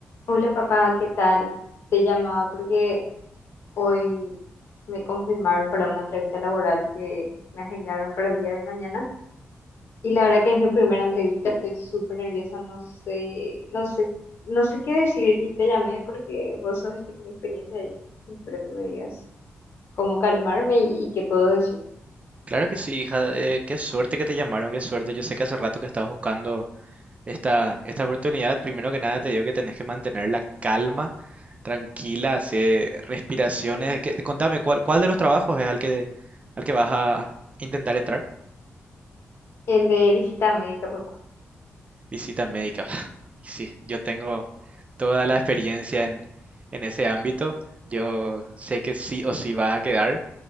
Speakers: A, on the left; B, on the right.
A: Hola papá, ¿qué tal? Te llamaba porque hoy me confirmaron para una entrevista laboral que me agendaron para el día de mañana y la verdad que es mi primera entrevista, estoy súper nerviosa, no sé, no sé, no sé qué decir y te llamé porque vos sos el que tiene experiencia ahí y espero que me digas cómo calmarme y, y qué puedo decir.
B: Claro que sí, hija. eh, qué suerte que te llamaron, qué suerte. Yo sé que hace rato que estabas buscando esta, esta oportunidad. Primero que nada te digo que tenés que mantener la calma, tranquila, hacer respiraciones. que- contame, ¿cuál, cuál de los trabajos es al que, al que vas a intentar entrar?
A: El de visita médica, papá.
B: Visita médica. <laughs> Y sí, yo tengo toda la experiencia en, en ese ámbito. Yo sé que sí o sí va a quedar.